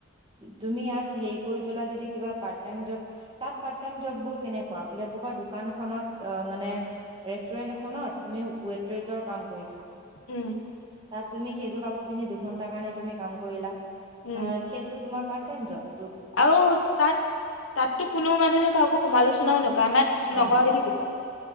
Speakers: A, on the right; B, on the left.
A: তুমি ইয়াত হেৰি কৰি পেলাই যদি কিবা পাৰ্ট টাইম জব তাত পাৰ্ট টাইম জব বোৰ কেনেকুৱা মানে ক'বাত দোকান এখনত অ', মানে ৰেষ্টুৰেন্ট এখনত তুমি ৱেটৰেজৰ কাম কৰিছা।
B: উম।
A: তাত তুমি সেইজোগাব পিন্ধি দুঘণ্টাৰ কাৰণে তুমি কাম কৰিলা। অ',
B: উম
A: সেইেতটো তোমাৰ পাৰ্ট কেনজম।
B: আৰু তাত তাততো কোনোও মানুহে কাকো সমালোচনাও নকৰে আমাক
A: অ
B: নকৰাকে থাকিব।